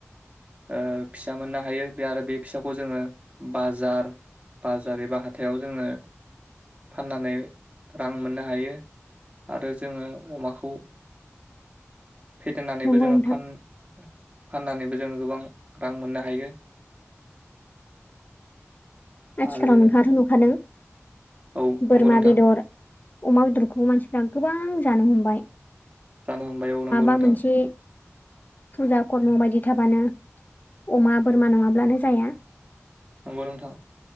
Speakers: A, on the right (about 30°); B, on the left (about 35°).
A: ओ फिसा मोननो हायो बे आरो बे फिसाखौ जोङो बाजार बाजार एबा हाथायाव जोङो फाननानै रां मोननो हायो। आरो जोङो अमाखौ फेदेरनानैबो
B: नंगौ
A: जोङो
B: नोंथां
A: फान-फान्नानैबो जोङो गोबां रां मोननो हायो।
B: आथिखालाव
A: आरो
B: नोंहाथ' नुखादों
A: औ
B: बोरमा
A: नंगौ नोंथां
B: बेदर अमा बेदरखौ मानसिफ्रा गोबां जानो हमबाय
A: जानो हमबाय औ नंगौ
B: माबा
A: नोंथाङा
B: मोनसे फुजा खर्म बायदि थाबानो अमा बोरमा नङाब्लानो जाया
A: नंगौ नोंथां